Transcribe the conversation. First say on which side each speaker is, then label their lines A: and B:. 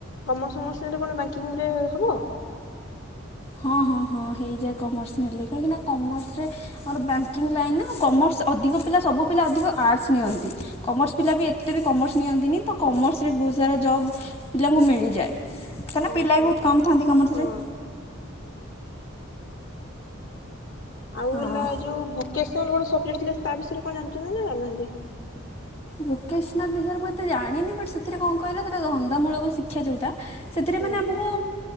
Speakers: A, on the left; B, on the left.
A: କମର୍ସ ଫମର୍ସ ନେଲେ କଣ ବ୍ୟାଙ୍କିଙ୍ଗରେ ହବ?
B: ହଁ ହଁ ହଁ ହେଇଯାଏ କମର୍ସ ନେଲେ କାହିଁକିନା କମର୍ସରେ ମୋର ବ୍ୟାଙ୍କିଙ୍ଗ ଲାଇନ୍ ନା କମର୍ସ ଅଧିକ ପିଲା ସବୁ ପିଲା ଅଧିକ ଆର୍ଟସ୍ ନିଅନ୍ତି କମର୍ସ ପିଲା ବି ଏତେ ବି କମର୍ସ ନିଅନ୍ତିନି ତ କମର୍ସରେ ବହୁତ ସାରା ଜବ୍ ପିଲାଙ୍କୁ ମିଳିଯାଏ। କାଇଁନା
A: ଓହୋ
B: ପିଲା ବି ବହୁତ କମ୍ ଥାଆନ୍ତି କମର୍ସରେ।
A: ହଁ ଆଉ
B: ହଁ
A: ହେଲା ଯୋଉ ଭୋକେଶ୍ <unintelligible> ଗୋଟେ ସବଜେକ୍ଟ ଥିଲା ତା ବିଷୟରେ କଣ ଜାଣିଛନ୍ତି ନା ଜାଣିନାହାନ୍ତି?
B: ଭୋକେସନାଲ୍ ବିଷୟରେ ମୁଁ ଏତେ ଜାଣିନି ବଟ୍ ସେଥିରେ କଣ କହିଲ ସେଟା ଧନ୍ଦାମୂଳକ ଶିକ୍ଷା ଯୋଉଟା ସେଥିରେ
A: ହୁଁ
B: ମାନେ ଆମୁକୁ